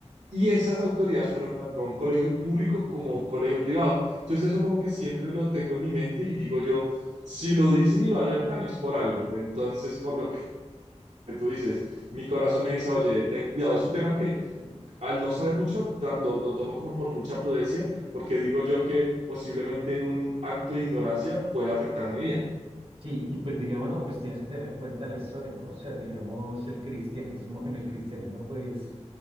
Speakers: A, on the right; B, on the right.
A: Y esas autoridades fueron tanto a un colegio público como a un colegio privado. Entonces eso como que siempre lo tengo en mi mente y digo yo, si lo dicen y lo alertan es por algo. Entonces con lo que tú dices, mi corazón me dice, oye, ten cuidado. Es un tema que al no saber mucho lo, lo tomo como por mucha prudencia porque digo yo que posiblemente en un acto de ignorancia puede afectar mi vida.
B: Sí, y pues digamos, no, pues tienes que tener en cuenta la historia, ¿no? O sea, digamos, el cristianismo, en el cristianismo pues